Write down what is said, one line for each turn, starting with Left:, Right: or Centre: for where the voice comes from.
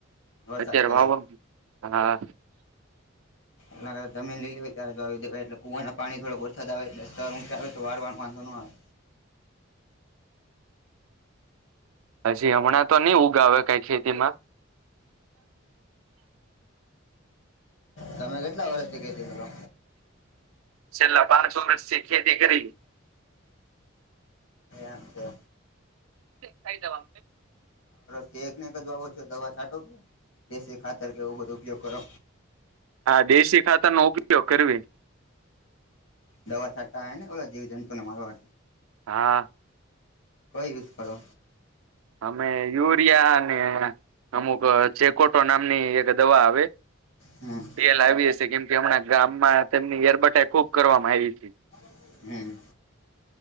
Left: વરસાદ
Right: અત્યારે
Left: પહેલા
Right: વાવા હા.
Left: એલા જમીન લીલી હોયે ત્યારે જો આવી દેવાય એટલે કુવાના પાણી થોડક વરસાદ આવે એટલે સ્તર ઊંચા આવે તો વળવા નો વાંધો નો આવે.
Right: <inaudible> હજી હમણાં તો નઈ ઊગાવે કઈ ખેતી માં
Left: તમે કેટલા વર્ષથી ખેતી કરો.
Right: છેલ્લા પાંચ વર્ષથી ખેતી કરી
Left: એમ છે.
Right: થઈ જવા
Left: તે એકનેક જ વાવો છો દવા છાંટો કે દેશી ખાતર કે એવું બધો ઉપયોગ કરો.
Right: હા દેશી ખાતર નો ઉપયોગ કરવી
Left: દવા છાટા ને ઓલા જીવ જંતુને મારવા
Right: હા.
Left: કોઈ યુઝ કરો.
Right: અમે યુરિયા અને અમુક ચેકોટો નામની એક દવા આવે
Left: હમ
Right: તે લાવી હશે કેમ કે હમણાં ગામમાં તેમની એરબટાઈ ખુબ કરવામાં આવી હતી.
Left: હમ્મ.